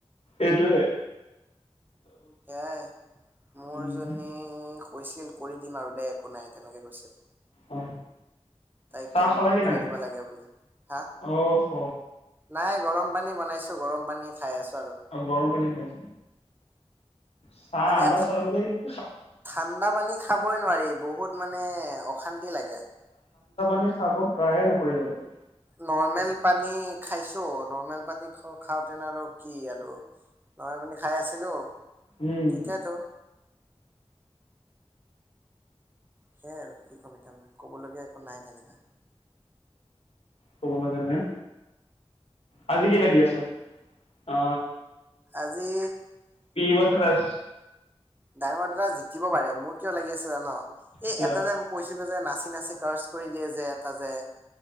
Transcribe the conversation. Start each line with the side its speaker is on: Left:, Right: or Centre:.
Left: এইটোৱে।
Right: এয়াই মোৰ
Left: উম।
Right: জনী কৈছিল কৰি দিম আৰু দে একো নাই তেনেকে কৈছিল।
Left: অ
Right: তাইক
Left: চাহ
Right: কিবা
Left: খালা
Right: মম'
Left: কি
Right: খাই
Left: নাই
Right: দিব লাগে বোলে। হা,
Left: অ' হ
Right: নাই গৰম পানী বনাই খাইছোঁ গৰম পানী খাই আছোঁ।
Left: আৰু গৰম পানী খাই, চাহ
Right: মানে
Left: আধা
Right: ঠা-
Left: চাল' যদি
Right: ঠাণ্ডা পানী খাবই নোৱাৰি, বহুত মানে অশান্তি লাগে।
Left: তুমি খাব ট্ৰায়ে নকৰিবা। তুমি
Right: নৰ্মেল পানী খাইছোঁ। নৰ্মেল পানী খাওঁতে নো আৰু কি আৰু। নৰ্মেল পানী খাই আছিলোঁ। তেতিয়াতো
Left: উম,
Right: সেইয়াই আৰু কি ক'ম তাৰমানে কবলগীয়া একো নাই তেনেকা।
Left: ক'বলগা নাই? আজি কি লাগি আছে? আ আ,
Right: আজি
Left: পি ৱাটাৰ ৰাইচ।
Right: ডাঙৰ দাদা জিকিব পাৰে। মোৰ কিয় লাগি আছে জান' এই
Left: কিয়
Right: এটা যে কৈছিলোঁ যে নাচি নাচি কাৰ কৰি দিয়ে যে এটা যে।